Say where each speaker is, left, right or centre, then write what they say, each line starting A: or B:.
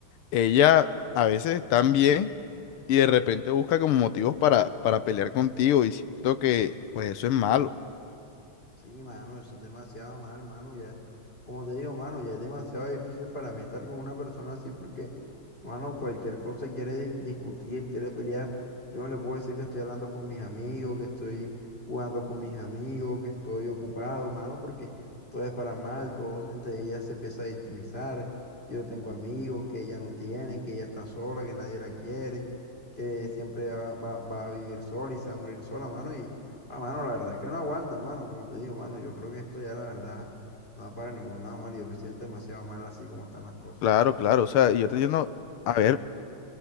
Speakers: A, on the left; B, on the left.
A: ella a veces está bien y de repente busca como motivos para, para pelear contigo y siento que pues eso es malo.
B: Sí, mano, eso es demasiado mal, mano, ya. Como te digo, mano, ya es demasiado difícil para mí estar con una persona así porque, mano, cualquier cosa quiere di- discutir, quiere pelear. Yo no le puedo decir que estoy hablando con mis amigos, que estoy jugando con mis amigos, que estoy ocupado, mano, porque todo es para mal, todo, entre ella se empieza a victimizar, que yo tengo amigos, que ella no tiene, que ella está sola, que nadie la quiere, que siempre va, va va a vivir sola y se va a morir sola, mano, Ah, mano, la verdad es que no aguanta, mano, como te digo, mano, yo creo que esto ya la verdad no va para ningún lado, mano, yo me siento demasiado mal así como están las cosas.
A: Claro, claro, o sea, yo te entiendo, a ver,